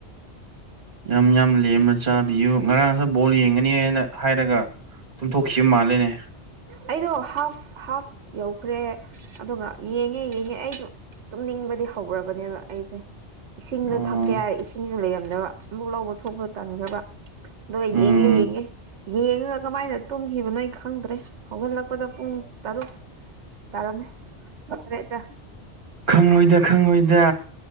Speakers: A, on the right; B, on the right.
A: ꯌꯥꯝ ꯌꯥꯝ ꯂꯦꯝꯃ ꯆꯥꯕꯤꯌꯨ ꯉꯔꯥꯡꯁꯨ ꯕꯣꯜ ꯌꯦꯡꯒꯅꯤ ꯑꯦꯅ ꯍꯥꯏꯔꯒ ꯇꯨꯝꯊꯣꯛꯈꯤꯕ ꯃꯥꯜꯂꯦꯅꯦ
B: ꯑꯩꯗꯣ ꯍꯥꯐ ꯍꯥꯐ ꯌꯧꯈ꯭ꯔꯦ ꯑꯗꯨꯒ ꯌꯦꯡꯉꯦ ꯌꯦꯡꯉꯦ ꯑꯩꯗꯣ ꯇꯨꯝꯅꯤꯡꯕꯗꯤ ꯍꯧꯔꯕꯅꯦꯕ ꯑꯩꯁꯦ ꯏꯁꯤꯡꯗꯣ
A: ꯑꯣ
B: ꯊꯛꯀꯦ ꯍꯥꯏꯔ ꯏꯁꯤꯡꯁꯨ ꯂꯩꯔꯝꯗꯕ ꯑꯃꯨꯛ ꯂꯧꯕ ꯊꯣꯛꯄ ꯇꯟꯈ꯭ꯔꯕ ꯗꯣ
A: ꯎꯝ
B: ꯌꯦꯡꯉꯦ ꯌꯦꯡꯉꯦ ꯌꯦꯡꯉ ꯀꯃꯥꯏꯅ ꯇꯨꯝꯈꯤꯕꯅꯣ ꯑꯩ ꯈꯪꯗ꯭ꯔꯦ ꯍꯧꯒꯠꯂꯛꯄꯗ ꯄꯨꯡ ꯇꯔꯨꯛ ꯇꯔꯝꯃꯦ <unintelligible> ꯗ꯭ꯔꯦꯗ
A: ꯈꯪꯉꯣꯏꯗ ꯈꯪꯉꯣꯏꯗ